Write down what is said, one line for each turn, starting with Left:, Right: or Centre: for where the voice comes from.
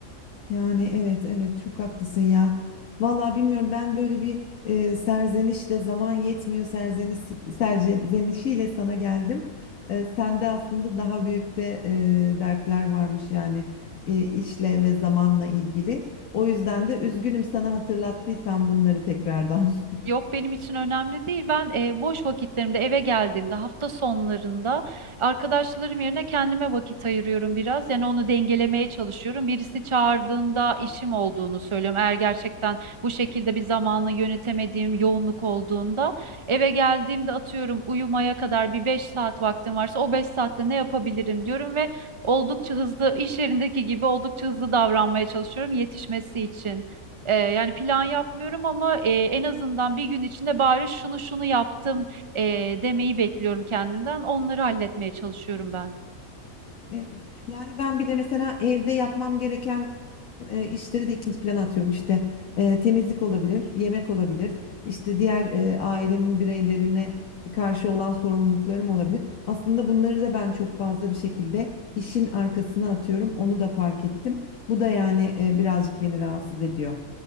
Left: Yani evet evet çok haklısın ya. Vallahi bilmiyorum ben böyle bir e, serzenişle zaman yetmiyor serzeniş, serzenişiyle sana geldim. E, sende aslında daha büyük de e, dertler varmış yani e, işle ve zamanla ilgili. O yüzden de üzgünüm sana hatırlattıysam bunları tekrardan. <laughs>
Right: Yok benim için önemli değil. Ben e, boş vakitlerimde eve geldiğimde hafta sonlarında arkadaşlarım yerine kendime vakit ayırıyorum biraz. Yani onu dengelemeye çalışıyorum. Birisi çağırdığında işim olduğunu söylüyorum. Eğer gerçekten bu şekilde bir zamanı yönetemediğim yoğunluk olduğunda eve geldiğimde atıyorum uyumaya kadar bir 5 saat vaktim varsa o 5 saatte ne yapabilirim diyorum ve oldukça hızlı iş yerindeki gibi oldukça hızlı davranmaya çalışıyorum yetişmesi için. Ee, yani plan yapmıyorum ama e, en azından bir gün içinde bari şunu şunu yaptım e, demeyi bekliyorum kendimden. Onları halletmeye çalışıyorum ben.
Left: Evet yani ben bir de mesela evde yapmam gereken e, işleri de ikinci plana atıyorum. İşte e, temizlik olabilir, yemek olabilir, işte diğer e, ailemin bireylerine karşı olan sorumluluklarım olabilir. Aslında bunları da ben çok fazla bir şekilde işin arkasına atıyorum. Onu da fark ettim. Bu da yani e, birazcık beni rahatsız ediyor.